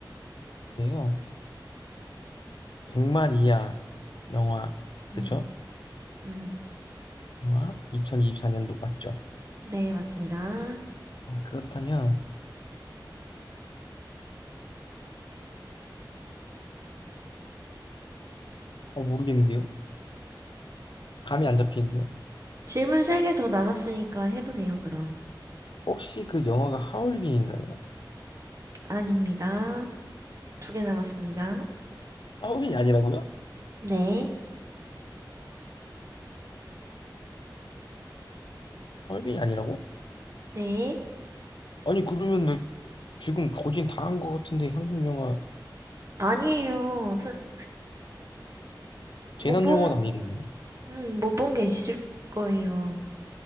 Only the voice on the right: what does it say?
음,
음.
네, 맞습니다.
질문 세 개 더 남았으니까 해보세요, 그럼.
아닙니다. 두 개 남았습니다.
네,
네.
아니에요. 스-
못 본,
음, 못 본 게 있을 거예요.